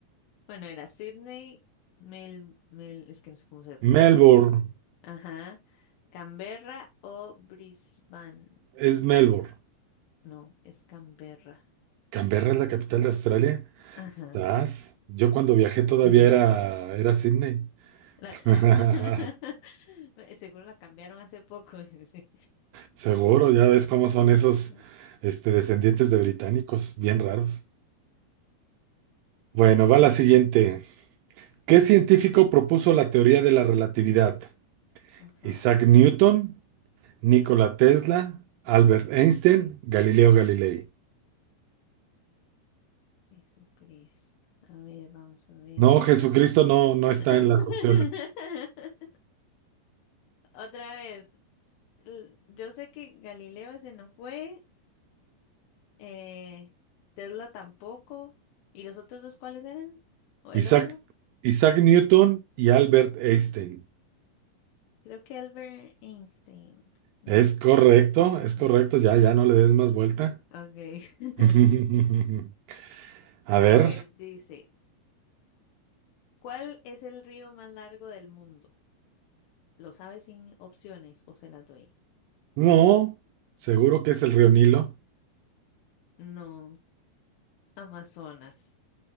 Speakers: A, on the left; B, on the right.
A: Bueno, era Sydney, Mel, Mel, es que no sé cómo se le pronuncia
B: Melbourne,
A: eso. Ajá. ¿Canberra o Brisbane?
B: es Melbourne.
A: No, es Canberra.
B: Canberra es la capital de Australia.
A: Ajá.
B: Estás. Yo cuando viajé todavía
A: Ujú.
B: era, era Sydney.
A: La-
B: <laughs>
A: <laughs> Seguro la cambiaron hace poco. <laughs> sí, sí.
B: Seguro, ya ves cómo son esos,
A: <laughs>
B: este, descendientes de británicos, bien raros. Bueno, va
A: Ok.
B: la siguiente. ¿Qué científico propuso la teoría de la relatividad?
A: Ajá.
B: ¿Isaac Newton? Nikola Tesla, Albert Einstein, Galileo Galilei.
A: Jesucristo. A ver, vamos a ver.
B: No, Jesucristo no, no está
A: <laughs>
B: en las opciones.
A: Otra vez. L- Yo sé que Galileo ese no fue. eh, Tesla tampoco. ¿Y los otros dos cuáles eran? ¿O el
B: Isaac,
A: otro?
B: Isaac Newton y Albert Einstein.
A: Creo que Albert Einstein. No.
B: Es correcto,
A: Ajá.
B: es correcto, ya, ya no le des más vuelta.
A: Ok. <laughs>
B: <laughs> A
A: A
B: ver,
A: ver, dice, ¿cuál es el río más largo del mundo? ¿Lo sabes sin opciones o se las doy?
B: no, seguro que es el río Nilo.
A: No, Amazonas.